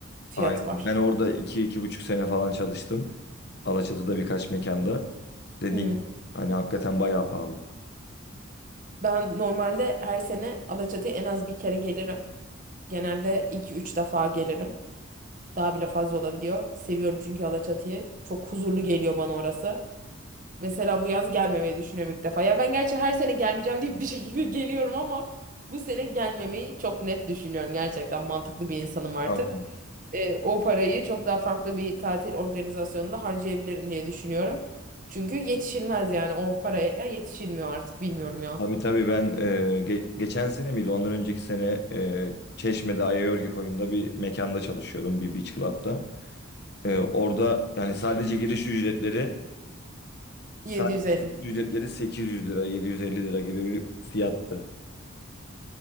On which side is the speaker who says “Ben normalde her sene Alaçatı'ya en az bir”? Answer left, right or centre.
Right